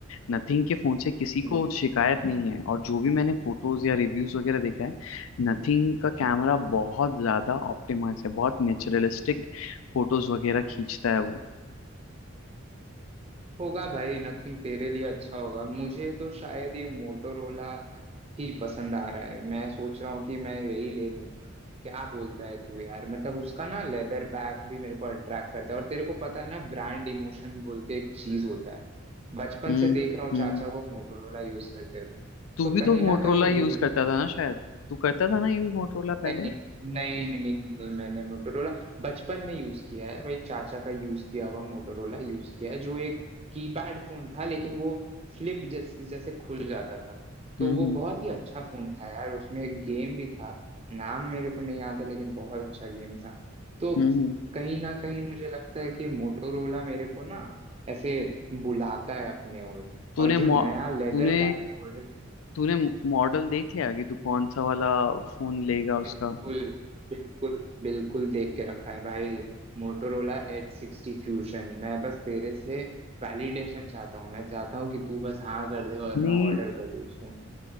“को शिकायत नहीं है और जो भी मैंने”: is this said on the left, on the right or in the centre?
Left